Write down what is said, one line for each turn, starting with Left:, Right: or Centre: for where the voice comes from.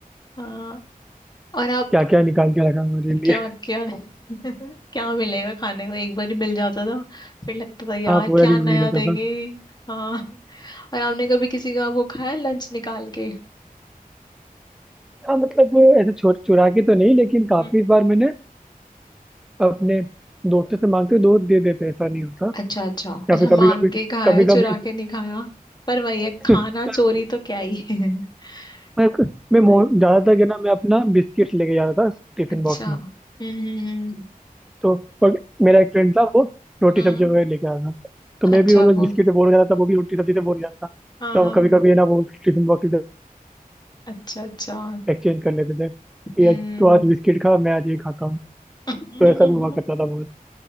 Left: हाँ और आप
Centre: क्या क्या निकाल के रखा हमारे लिए
Left: क्या क्या <laughs> क्या मिलेगा खाने को एक बार ही मिल जाता था फिर लगता था यार
Centre: हाँ पूरा
Left: क्या
Centre: दिन
Left: नया
Centre: वही रहता
Left: देंगे
Centre: था
Left: हाँ और आपने कभी किसी का वो खाया लंच निकाल के
Centre: हाँ मतलब ऐसे चोर चुरा के तो नहीं लेकिन काफी
Left: हम्म
Centre: बार मैंने अपने दोस्तों से मांगते हुए दोस्त दे देते ऐसा नहीं होता
Left: अच्छा अच्छा
Centre: या
Left: अच्छा
Centre: फिर
Left: मांग
Centre: कभी कभी
Left: के खाया
Centre: कभी
Left: चुरा
Centre: कभी
Left: के नहीं खाया पर वही है खाना
Centre: <laughs>
Left: चोरी तो क्या ही है <laughs>
Centre: मैं मैं
Left: नहीं
Centre: मो- ज्यादातर क्या ना मैं अपना बिस्किट लेके जाता था टिफिन
Left: अच्छा
Centre: बॉक्स में
Left: हम्म हम्म
Centre: तो और मेरा एक फ्रेंड था वो रोटी
Left: हम्म,
Centre: सब्जी
Left: हम्म।
Centre: वगैरह लेके आता था तो
Left: अच्छा
Centre: मैं भी वो लोग
Left: वो
Centre: बिस्किट से बोर हो जाता था वो भी रोटी सब्जी से बोर हो जाता था
Left: हाँ
Centre: तो
Left: हाँ
Centre: हम कभी कभी है ना वो टिफिन बॉक्स इधर
Left: अच्छा अच्छा
Centre: एक्सचेंज कर लेते थे कि
Left: हम्म
Centre: आज तो आज बिस्किट खा मैं आज ये खाता हूँ
Left: <laughs>
Centre: तो ऐसा भी हुआ करता था बहुत